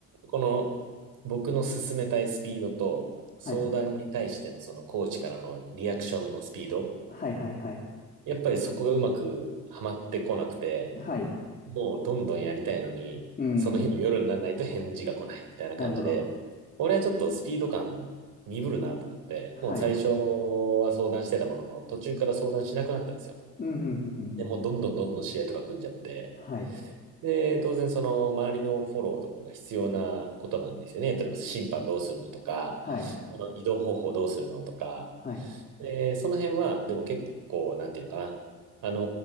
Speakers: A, on the right (about 70°); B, on the left (about 25°).
A: この僕の進めたいスピードと相談に対してのそのコーチからのリアクションのスピード、
B: はい。はいはいはい。
A: やっぱりそこがうまくはまってこなくて、
B: はい。
A: もうどんどんやりたいのに、
B: うん。
A: その日の夜にならないと返事が来ないみたいな感じで、
B: なるほど。
A: 俺はちょっとスピード感鈍るなと思って、
B: はい。
A: もう最初は相談してたものの、途中から相談しなくなったんですよ。
B: うん、うん、うん、うん、う
A: で、もうどんどんどんどん試合とか組んじゃって、
B: んうん。はい。
A: で、当然その周りのフォローとかが必要なことなんですよね。例えば審判どうするのとか、
B: はい。
A: この移動方法どうするのとか、
B: はい。
A: で、その辺は、でも結構、なんていうのかな。あの